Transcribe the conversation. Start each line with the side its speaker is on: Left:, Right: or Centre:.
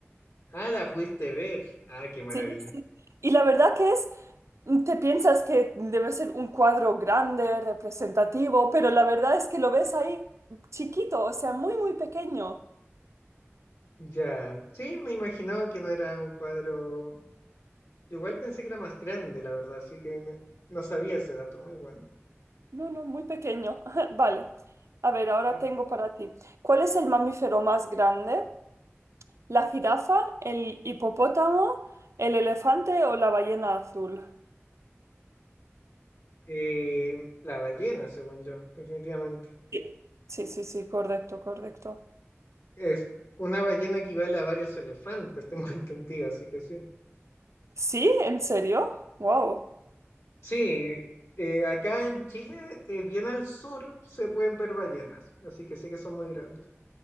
Left: Ah, la pudiste ver. Ah, qué maravilla.
Right: Sí, sí. Y la verdad que es, te piensas que debe ser un cuadro grande, representativo, pero la verdad es que lo ves ahí chiquito, o sea, muy, muy pequeño.
Left: Ya, sí, me imaginaba que no era un cuadro. Igual pensé que era más grande, la verdad, así que me- no sabía ese dato, muy bueno.
Right: No, no, muy pequeño. <laughs> Vale. A ver, ahora
Left: Sí.
Right: tengo para ti. ¿Cuál es el mamífero más grande? ¿La jirafa, el hipopótamo, el elefante o la ballena azul?
Left: Eh, la ballena, según yo, definitivamente.
Right: Sí, sí, sí, sí, correcto, correcto.
Left: Es una ballena equivale a varios elefantes, <laughs> tengo entendido, así que sí.
Right: ¿Sí? ¿En serio? ¡Wow!
Left: Sí, eh, acá en Chile, eh, bien al sur, se pueden ver ballenas, así que sé que son muy grandes.